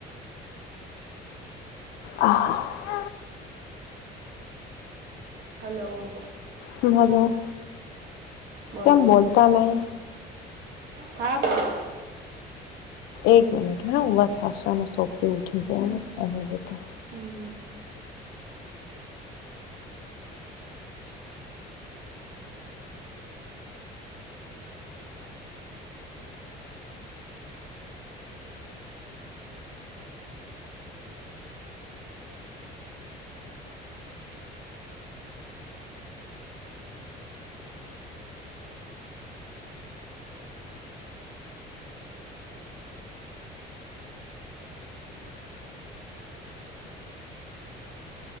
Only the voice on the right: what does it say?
હલો.
બોલો
હા બોલો. <unintelligible>
હમ